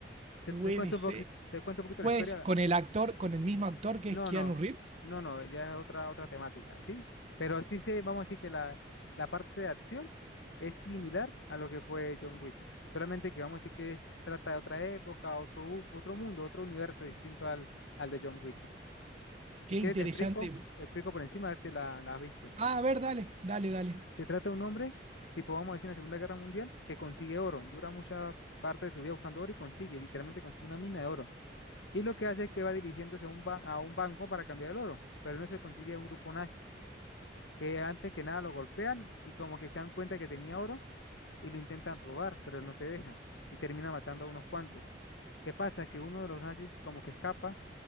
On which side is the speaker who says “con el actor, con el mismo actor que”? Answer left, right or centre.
Right